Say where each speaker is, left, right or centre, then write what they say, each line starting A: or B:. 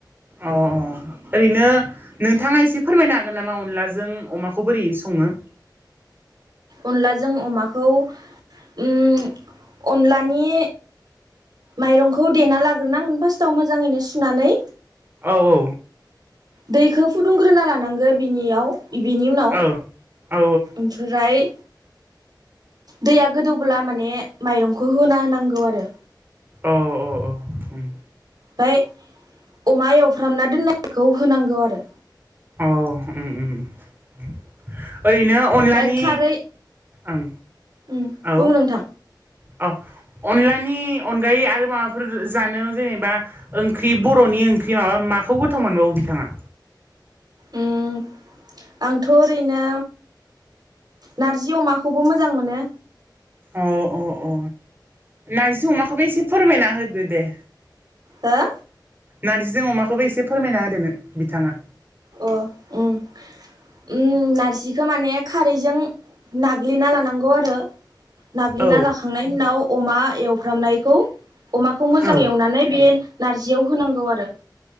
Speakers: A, on the right; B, on the right.
A: अ अ ओरैनो नोंथाङा एसे फोरमायनो हागोन नामा अनलाजों अमाखौ बोरै सं ङो।
B: अनलाजों अमाखौ उम अनलानि माइरंखौ देना लाग्रोनांगोन फास्टआव मोजाङैनो सुनानै।
A: औ औ
B: दैखौ फुदुंग्रोना लानांगो बिनियाव बिनि उनाव
A: औ औ
B: ओमफ्राय दैया गोदौब्ला माने माइरंखौ होना होनांगौ आरो।
A: औ ओ ओ उम
B: ओमफ्राय अमा एवफ्रामना दोननायखौ होनांगौ आरो।
A: औ उम उम उम उम ओरैनो
B: ओमफ्राय
A: अनलानि
B: खारै
A: ओं
B: उम
A: औ
B: बुं नोंथां
A: अ अनलानि अनगायै आरो माबाफोर जानो जेनेबा ओंख्रि बर'नि ओंख्रि माबा- माखौ गोथाव मोनबावो बिथाङा?
B: उम आंथ' ओरैनो नार्जि अमाखौबो मोजां मोनो।
A: अ अ अ नार्जि अमाखौबो एसे फोरमायना होदो दे।
B: हा?
A: नार्जिजों अमाखौबो एसे फोरमायना होदो नो बिथाङा ।
B: अ उम उम नारज जिखो माने खारैजों नाग्लिना लानांगौ आरो । नाग्लिना
A: औ
B: लाखांनायनि उनाव अमा एवफ्रामनायखौ अमाखौ मोजां
A: औ
B: एवनानै बे नारजियाव होनांगौ आरो ।